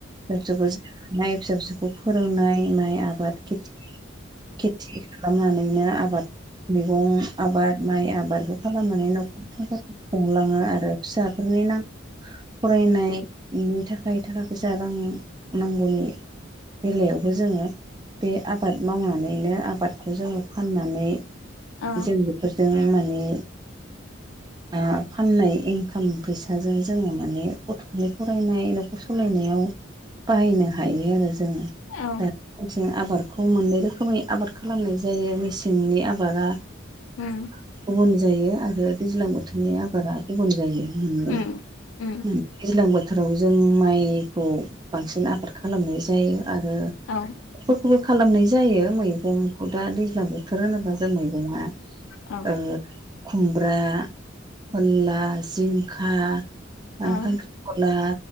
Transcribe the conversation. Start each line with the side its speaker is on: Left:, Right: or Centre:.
Right: फिसा फिसौखौ जानाय फिसा फिसौखौ फोरोंनाय माइ आबाद खेथि खेथि खालामनानैनो आबाद मैगं आबाद माइ आबाद बेखौ खालामनानै न'खरखौ खुंलाङो आरो फिसाफोरनि ना फरायनायनि थाखाय थाखा फैसा रां नांगौनि बेलायावबो जोङो बे आबाद मावनानैनो आबाद खौ जोङो फाननानै
Left: औ
Right: जों बेफोरजों माने ओ फाननाय इनकाम फैसाजों जोङो माने गथ'फोरनि फरायनाय न'खर सलायनायाव बाहायनो हायो आरो जोङो
Left: औ
Right: दा <inaudible> थिं आबारखौ मोननै रोखोमै आबाद खालामनाय जायो मेसेंनि आबादा
Left: उम
Right: ओ गुबुन जायो आरो दैज्लां बोथोरनि आबारा गुबुन जायो मोननै
Left: उम उम
Right: दैज्लां बोथोराव जों माइखौ बांसिन आबार खालामनाय जायो आरो
Left: औ
Right: फोरखौबो खालामनाय जायो मैगंखौ दा दैज्लां बोथोर होनोबा जों मैगङा
Left: औ
Right: ओ खुमब्रा फोल्ला जिंखा ओ
Left: औ
Right: खांख्रिखला